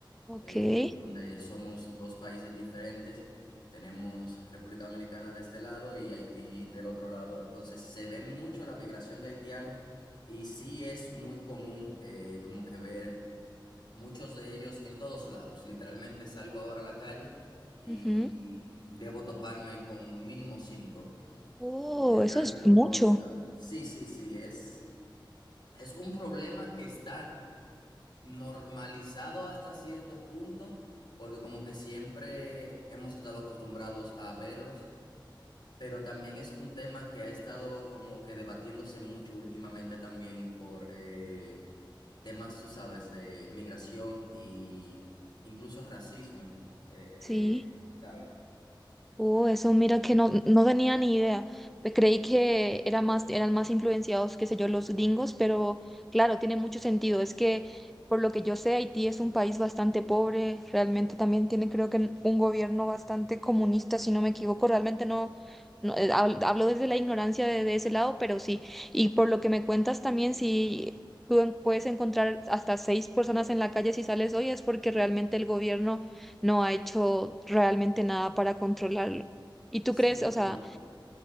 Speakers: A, in the centre; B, on the left (about 55°).
A: ok.
B: eh, donde somos dos países diferentes. Tenemos República Dominicana de este lado y Haití del otro lado. Entonces se ve mucho la migración de haitianos y sí es muy común eh, como que ver muchos de ellos en todos lados. Literalmente salgo ahora a la calle y
A: ujú.
B: debo toparme con mínimo cinco
A: Oh,
B: porque están
A: eso es
B: por
A: mucho.
B: todos lados. Sí, sí, sí, es, es un problema que está normalizado hasta cierto punto, porque como que siempre hemos estado acostumbrados a verlos, pero también es un tema que ha estado como que debatiéndose mucho últimamente también por eh, temas, tú sabes, de migración y incluso racismo, eh,
A: Sí.
B: eh, ¿sabes?
A: Oh, eso mira que no, no tenía ni idea. Pues creí que era más, eran más influenciados, qué sé yo, los gringos, pero claro, tiene mucho sentido. Es que, por lo que yo sé, Haití es un país bastante pobre, realmente también tiene, creo que, un gobierno bastante comunista, si no me equivoco. Realmente no, no, eh, hab- hablo desde la ignorancia de, de ese lado, pero sí. Y por lo que me cuentas también, si tú en- puedes encontrar hasta seis personas en la calle si sales hoy, es porque realmente el gobierno no ha hecho realmente nada para controlarlo. ¿Y tú
B: Sí,
A: crees, o
B: bueno,
A: sea,